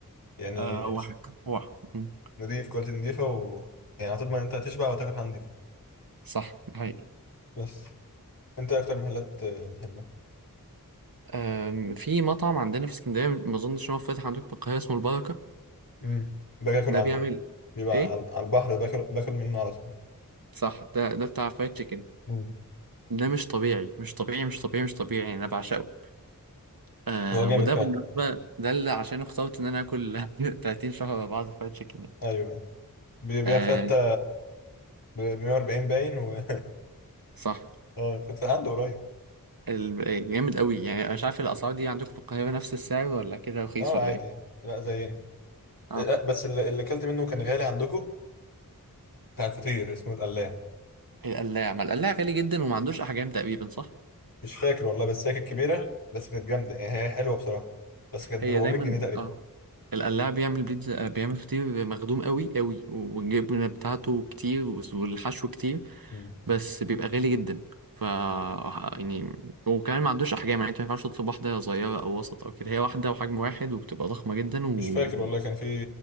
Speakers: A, on the left; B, on the right.
A: يعني
B: آه واحد واحد
A: نضيف كواليتي نضيفه و يعني هتضمن انت هتشبع وتاكل حاجه نضيفه
B: صح ده حقيقي
A: بس انت إيه اكتر محلات آه، تحبها
B: أم، في مطعم عندنا في اسكندرية ما اظنش ان هو فاتح عندكم في القاهرة اسمه البركة
A: امم باجي اكل
B: ده
A: عنده
B: بيعمل
A: بيبقى
B: ايه
A: على على البحر باكل باكل منه على طول
B: صح ده ده بتاع فرايد تشيكن
A: مم.
B: ده مش طبيعي مش طبيعي مش طبيعي مش طبيعي يعني انا بعشقه آه
A: هو جامد
B: وده
A: فعلا
B: بالمناسبة ده اللي عشان اخترت ان انا اكل <laughs> 30 شهر ورا بعض فرايد تشيكن
A: ايوه أيوة. بيبيع
B: آه
A: فتة ب 140 باين و
B: صح
A: <laughs> اه كنت عنده قريب
B: ال- إيه، جامد قوي يعني انا مش عارف الاسعار دي عندكم في القاهرة نفس السعر ولا كده رخيص
A: اه
B: ولا
A: عادي
B: ايه
A: يعني لا زينا
B: اه
A: إيه، لا بس اللي اللي اكلت منه كان غالي عندكم بتاع الفطير اسمه القلاع
B: القلاع ما القلاع غالي جدا وما عندوش احجام تقريبا صح
A: مش فاكر والله بس هي كانت كبيرة بس كانت جامدة يعني هي حلوة بصراحة بس كانت
B: هي
A: ب 400
B: دايما
A: جنيه تقريبا
B: اه القلاع بيعمل بيتزا آه، بيعمل فطير مخدوم قوي قوي والجبنة بتاعته كتير والحشو كتير
A: مم.
B: بس بيبقى غالي جدا ف يعني وكمان ما عندوش احجام يعني انت ما ينفعش تطلب واحده صغيره او وسط او كده هي واحده وحجم واحد وبتبقى ضخمه جدا وتقريبا
A: مش فاكر والله كان في